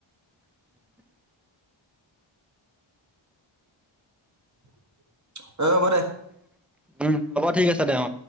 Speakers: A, in the centre; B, on the right.
A: <inaudible>
B: <inaudible> অ হব দে
A: উম হ'ব ঠিক আছে দে অ